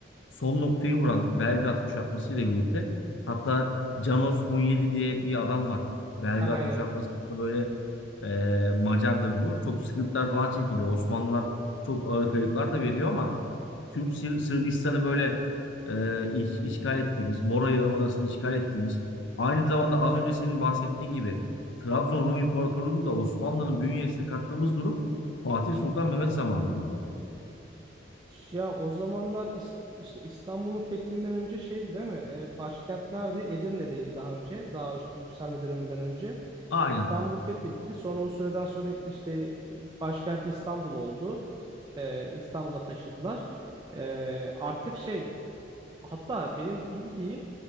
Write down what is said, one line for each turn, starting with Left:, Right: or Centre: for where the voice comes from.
Left: son noktayı vuran Belgrad kuşatması ile birlikte hatta Janos Hunyadi diye bir adam var. Belgrad
Right: Aynen.
Left: kuşatmasında böyle e, Macardır bu. Çok sıkıntılar falan çekiliyor. Osmanlılar çok ağır kayıplar da veriyor ama tüm Sır- Sırbistan'ı böyle e, iş- işgal ettiğimiz, Mora Yarımadası'nı işgal ettiğimiz Aynı zamanda az önce senin bahsettiğin gibi Trabzon Rum İmparatorluğu'nu da Osmanlı'nın bünyesine kattığımız durum Fatih Sultan Mehmet zamanında oluyor.
Right: Ya o zamanlar İst- işte İstanbul'un fethinden önce şeydi değil mi? E, başkent neredeydi? Edirne'deydi daha önce. Daha işte yükselme döneminden önce.
Left: Aynen.
Right: İstanbul fethedildi. Sonra o süreden sonra işte e, başkenti İstanbul oldu. E, İstanbul'a taşıdılar. E, artık şey hatta benim bildiğim